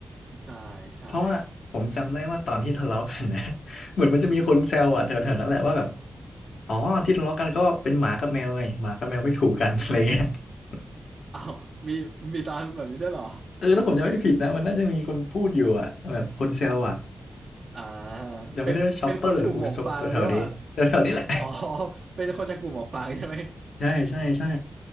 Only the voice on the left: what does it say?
เพราะว่าผมจำได้ว่าตอนที่ทะเลาะกันนะ <laughs> เหมือนมันจะมีคนแซวอ่ะแถวๆนั้นแหละว่าแบบอ๋อที่ทะเลาะกันก็เป็นหมากับแมวไงหมากับแมวไม่ถูกกัน <laughs> อะไรเงี้ย <laughs>
เออถ้าผมจำไม่ผิดนะมันน่าจะมีคนพูดอยู่อ่ะแบบคนแซวอ่ะ
จำไม่ได้ว่าชอปเปอร์หรืออูซบแถวๆนี้แถวๆนี้แหละ
<laughs> ใช่ใช่ใช่